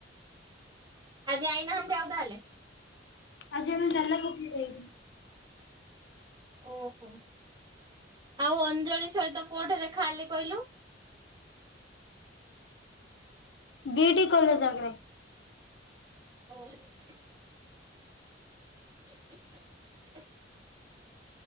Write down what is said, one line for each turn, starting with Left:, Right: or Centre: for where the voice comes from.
Right: ଆଜି ଆଇ ନାହାନ୍ତି ଆଉ ତାହାଲେ।
Left: ଆଜି ଆମେ ତାଲା ପକେଇକି ଯାଇଥିଲୁ।
Right: ଓହୋ ଆଉ ଅଞ୍ଜଳି ସହିତ କଉଠେ ଦେଖା ହେଲି କହିଲୁ।
Left: ବିଟି କଲେଜ ଆଗରେ।
Right: <inaudible> <unintelligible> <inaudible>